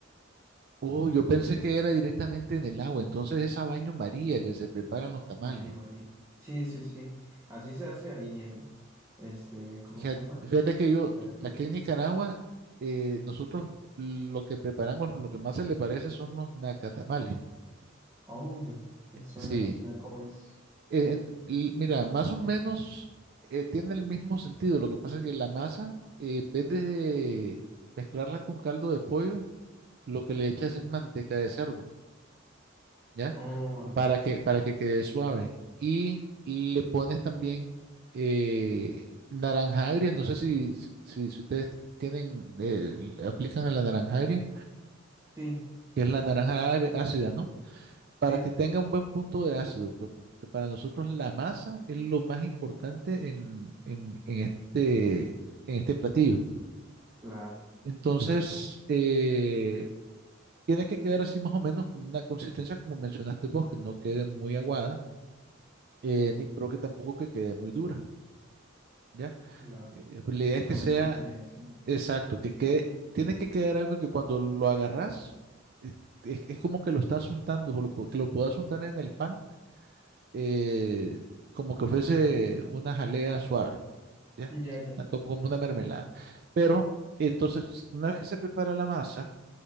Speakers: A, on the right; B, on the right.
A: Oh, yo pensé que era directamente en el agua, entonces esa baño María que se preparan los tamales.
B: Baño María. Sí, sí, sí. Así se hace ahí en, este, ¿cómo
A: Ja-
B: se llama?
A: Fíjate que yo,
B: Veracruz.
A: aquí en Nicaragua, eh, nosotros lo que preparamos, lo que más se le parece son los nacatamales.
B: Oh, me, me suena,
A: Sí.
B: me suena cómo es.
A: Eh, ent- l- mira, más o menos eh, tiene el mismo sentido. Lo que pasa es que la masa, eh, en vez de mezclarla con caldo de pollo, lo que le echas es manteca de cerdo, ¿ya?
B: Oh, ya.
A: para que, para que quede suave. Y le pones también eh, naranja agria, no sé si, si, si ustedes tienen, eh, le aplican a la naranja agria,
B: Sí,
A: que es
B: sí,
A: la naranja
B: sí, sí.
A: agria ácida, ¿no? Para
B: Sí,
A: que tenga un buen punto de ácido, porque para nosotros la masa es lo más importante en, en- en este, en este platillo.
B: claro.
A: Entonces, eh, tiene que quedar así más o menos una consistencia como mencionaste vos, que no quede muy aguada eh, ni, pero que tampoco que quede muy dura, ¿ya?
B: la-
A: Eh, pues la idea es
B: Lo
A: que sea
B: mejor sería eso.
A: exacto, que quede, tiene que quedar algo que cuando lo agarras, es, es- es como que lo estás untando, o lo pu- que lo puedas untar en el pan, eh, como que fuese una jalea suave, ¿ya?
B: Ya, ya.
A: Ah, Como, como una mermelada. Pero entonces, una vez que se prepara la masa,